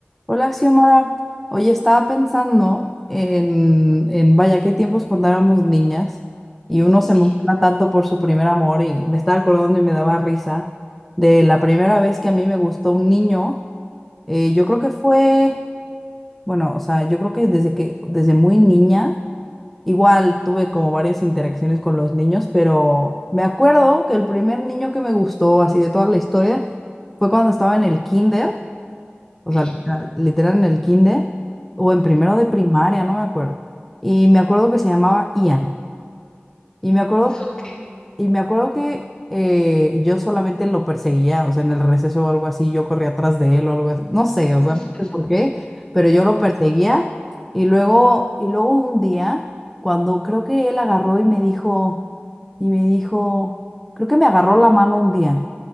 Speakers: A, in the centre; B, on the left.
A: Hola, Xiomara. Oye, estaba pensando en, en, vaya, qué tiempos cuando éramos niñas y uno se
B: Sí,
A: emociona tanto por su primer amor y me estaba acordando y me daba risa de la primera vez que a mí me gustó un niño. Eh, yo creo que fue, bueno, o sea, yo creo que desde que, desde muy niña, igual tuve como varias interacciones con los niños, pero me acuerdo que el primer niño que me gustó así de toda la historia fue cuando estaba en el kinder. O
B: sí,
A: sea, literal, literal en el kinder o en primero de primaria, no me acuerdo. Y me acuerdo que se llamaba Ian. Y me acuerdo
B: <laughs> ok.
A: y me acuerdo que eh, yo solamente lo perseguía, o sea, en el receso o algo así, yo corría atrás de él o algo así, no sé, o
B: <laughs>
A: sea, no sé por qué, pero yo lo perseguía. Y luego, y luego un día, cuando creo que él agarró y me dijo, y me dijo, creo que me agarró la mano un día.